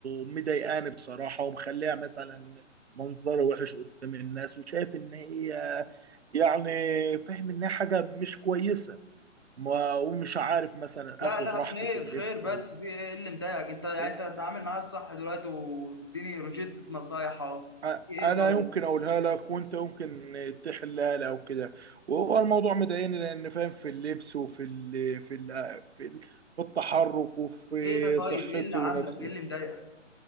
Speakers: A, on the right; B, on the left.
A: مضايقاني بصراحه ومخليها مثلا منظري وحش قدام الناس وشايف ان هي يعني فاهم ان هي حاجه مش كويسه ما ومش عارف مثلا
B: لا
A: اخد
B: لا
A: راحتي
B: خير
A: في اللبس
B: خير بس
A: و...
B: في ايه اللي مضايقك انت انت
A: و...
B: بتتعامل معايا الصح دلوقتي واديني روشتة نصايح اهو
A: أ-
B: في ايه
A: انا
B: طيب
A: يمكن اقولها لك وانت يمكن تحلها لي او كده وهو الموضوع مضايقني لان فاهم في اللبس وفي ال... في ال... في ال... في التحرك وفي
B: ايه ده طيب
A: صحتي
B: ايه اللي عاملك
A: ونفسي
B: ايه اللي مضايقك